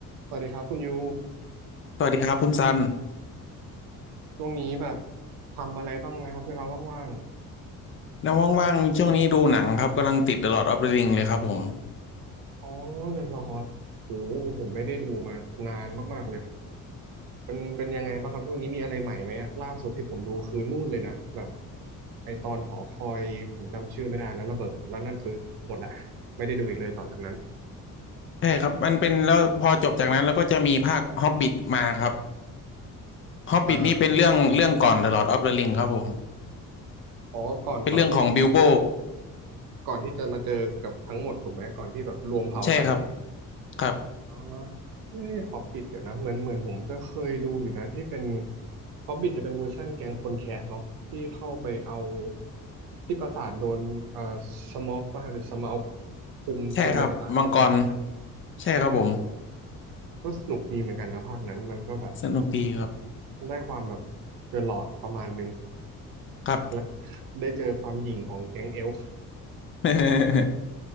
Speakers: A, on the right; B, on the left.
A: สวัสดีครับคุณยู
B: สวัสดีครับคุณซัน
A: ช่วงนี้แบบทำอะไรบ้างไหมครับเวลาว่าง
B: แล้วว่างๆช่วงนี้ดูหนังครับกำลังติด The Lord of the Ring เลยครับผม
A: ๆอ๋อเรือนรอดโหผมไม่ได้ดูมานานมากๆเลยเป็นเป็นยังไงบ้างครับช่วงนี้มีอะไรใหม่ไหมอะล่าสุดที่ผมดูคือนู่นเลยนะแบบไอตอนหอคอยผมจำชื่อไม่ได้แล้วระเบิดแล้วนั่นคือหมดละไม่ได้ดูอีกเลยต่อจากนั้น
B: ใช่ครับมันเป็นแล้วพอจบจากนั้นแล้วก็จะมีภาค Hobbit มาครับ Hobbit
A: อ่า
B: นี่เป็นเรื่องเรื่องก่อน The Lord of the Ring ครับผม
A: อ๋อก่อนก่อนที่
B: เป็นเรื่องของบิลโบ
A: ก่อนที่จะมาเจอกับทั้งหมดถูกไหมก่อนที่แบบรวมเผ่ากัน
B: ใช่ครับครับ
A: อ๋อนี่นี่ฮอบบิทเดี๋ยวนะเหมือนเหมือนผมจะเคยดูอยู่นะที่เป็นฮอบบิทจะเป็นเวอร์ชั่นแก๊งคนแคะเนาะที่เข้าไปเอาที่ปราสาทโดนเอ่อสมอกป่ะหรือสมาอกคุมคุมในปราสาทใช่ไหมใช่ไหม
B: ใช่ครับมังกรใช่ครับผม
A: เออก็สนุกดีเหมือนกันนะภาคนั้นมันก็แบบ
B: สนุกดีครับ
A: ได้ความแบบเจอหลอดประมาณนึง
B: ครับ
A: แล้วก็ได้เจอความหยิ่งของแก๊งเอลฟ์
B: <laughs>